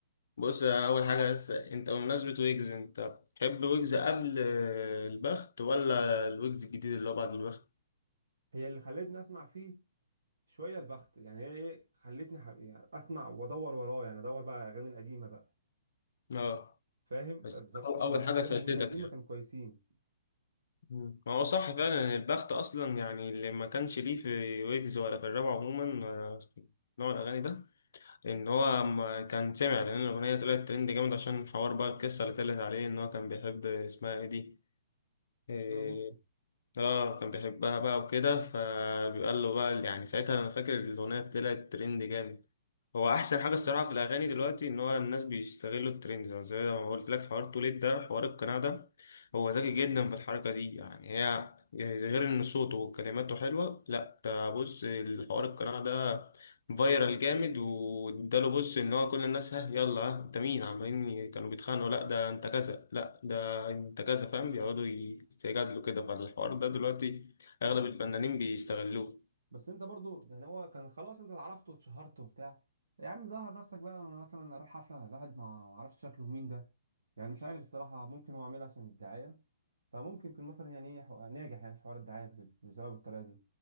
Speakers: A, on the left (about 65°); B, on the right (about 75°).
A: بص اول حاجه بس انت بمناسبه ويجز انت بتحب ويجز قبل آه، البخت ولا الويجز الجديد اللي هو بعد البخت
B: هي اللي خلتني اسمع فيه شويه البخت يعني هي ايه خلتني ح... يعني اسمع وادور وراه يعني ادور بقى على الاغاني القديمه بقى
A: اه
B: فاهم
A: بس أو-
B: سمعت
A: اول حاجه
B: له كام
A: شدتك
B: اغنيه قديمه
A: يعني
B: كانوا كويسين
A: مم. ما هو صح فعلا البخت اصلا يعني اللي ما كانش ليه في ويجز ولا في الراب عموما آه، في نوع الاغاني ده ان هو ما كان سمع لان الاغنيه طلعت ترند جامد عشان حوار بقى القصه اللي طلعت عليه ان هو كان بيحب اسمها ايه دي آه،
B: ده المفتي
A: اه كان بيحبها بقى وكده فبيقال له بقى يعني ساعتها انا فاكر الاغنيه طلعت ترند جامد هو احسن حاجه الصراحه في الاغاني دلوقتي ان هو الناس بيستغلوا الترند زي ما قلت لك حوار توليد ده حوار القناع ده هو ذكي جدا في الحركه دي يعني هي يعني غير ان صوته وكلماته حلوه لا ده بص الحوار القناع ده فايرال جامد واداله بص ان هو كل الناس ها يلا ها انت مين عمالين ي- كانوا بيتخانقوا لا ده انت كذا لا ده انت كذا فاهم بيقعدوا يتجادلوا كده فالحوار ده دلوقتي اغلب الفنانين بيستغلوه
B: بس انت برضو يعني هو كان خلاص انت اتعرفت واتشهرت وبتاع يا عم ظهر نفسك بقى ما انا مثلا اروح حفله الواحد ما ما اعرفش شكله مين ده يعني مش عارف الصراحه ممكن هو عاملها عشان الدعايه فممكن يكون مثلا يعني ايه حو- ناجح يعني في حوار الدعايه ب- بسبب الطريقه دي